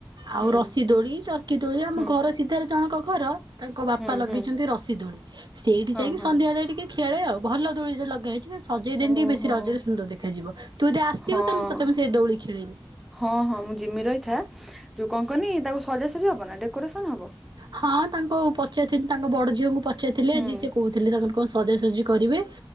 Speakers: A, on the right (about 60°); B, in the centre.
A: ଆଉ
B: ହୁଁ
A: ରସିି ଦୋଳି, ଚର୍କି ଦୋଳି, ଆମ
B: ହୁଁ
A: ଘର ସିଧାରେ ଜଣକ ଘର ତାଙ୍କ ବାପା
B: ହୁଁ
A: ଲଗେଇଚନ୍ତି
B: ହୁଁ
A: ରସି ଦୋଳି, ସେଇଠି
B: ହଁ
A: ଯାଇଁକି
B: ହଁ
A: ସନ୍ଧ୍ୟାଅଳେ ଟିକେ ଖିଆଳେ ଆଉ ଭଲ ଦୋଳି ସେ ଲଗା ହେଇଚି ସେ ସଜେଇ ଦେନ
B: ଓହୋ
A: ଟିକେ ବେଶୀ ରଜରେ ସୁନ୍ଦର ଦେ ଖାଯିବ ତୁ ଯଦି ଆସିବୁ
B: ହଁ
A: ତାନେ ତତେ ମୁଁ ସେଇ ଦୋଉଳି ଖେଳେଇମି।
B: ହଁ ହଁ ମୁଁ ଜିମି ରହିଥା ଯୋଉ କଣ କହନି ତାକୁ ସଜାସଜି ହବ ନା ଡେକୋରେସନ ହବ?
A: ହଁ ତାଙ୍କୁ ପଚାରିଥିନି ତାଙ୍କ ବଡ଼ ଝିଅଙ୍କୁ ପ ଚାଥିଲେ
B: ହୁଁ
A: ଆଜି ସେ କୋ ଉଥିଲେ ତାଙ୍କର କଁ ସଜା ସଜି କରିବେ